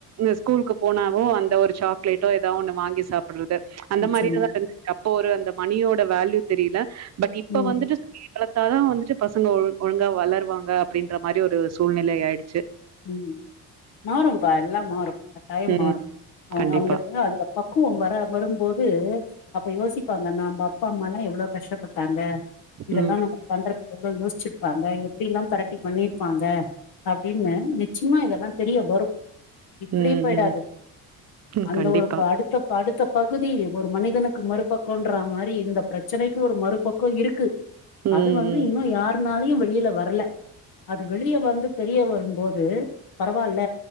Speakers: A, on the right (about 45°); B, on the left (about 75°).
A: ஸ்கூலுக்கு போனாவு அந்த ஒரு சாக்லேட்டோ ஏதா ஒண்ணு வாங்கி சாப்பிட்றது அந்த
B: நிச்சயமா
A: மாரியதா இருந்துச்சு அப்போ ஒரு அந்த மணியோட வேல்யூ தெரியல பட் இப்ப
B: ம்
A: வந்துட்டு வளத்தாதா வந்துட்டு பசங்க ஒ ஒழுங்கா வளர்வாங்க அப்டின்ற மாரி ஒரு சூழ்நிலை ஆயிடுச்சு
B: ம் மாறும்பா எல்லா மாறு கட்டாயம்
A: ம்
B: மாறு அவ
A: கண்டிப்பா
B: அவங்களுக்கு அந்த பக் பக்குவம் வர வரும்போது அப்ப யோசிப்பாங்க நா நம் அப்பா அம்மாலா எவ்ளோ கஷ்டப்பட்டாங்க இதெல்லா
A: ம்
B: நம்ம பண்றதுக்கு எவ்ளோ யோசிச்சிருப்பாங்க எப்டிலா தெரட்டி பண்ணிருப்பாங்க அப்டின்னு நிச்சயமா இதெல்லா தெரிய வரு இப்டி
A: ம்
B: போய்டாது
A: ம் ம்
B: அந்த
A: கண்டிப்பா
B: ஒரு அடுத்த இப்ப அடுத்த பகுதி ஒரு மனிதனுக்கு மறுபக்கன்ற மாரி இந்த பிரச்சனைக்கு ஒரு மறுபக்கோ இருக்கு
A: ம்
B: அது வந்து
A: ம்
B: இன்னு யாருனாலயு வெளியில வர்ல அது வெளிய வந்து தெரிய வரும்போது பரவால்ல